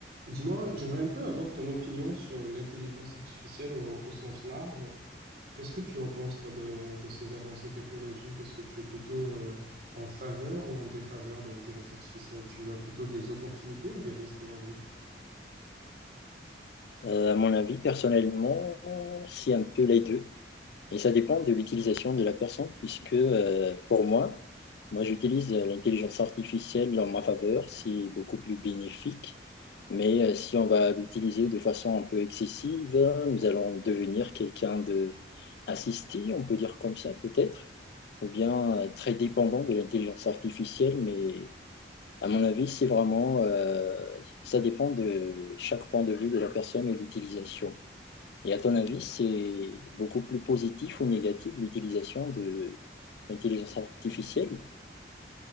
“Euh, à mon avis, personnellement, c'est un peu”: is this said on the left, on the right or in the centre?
Left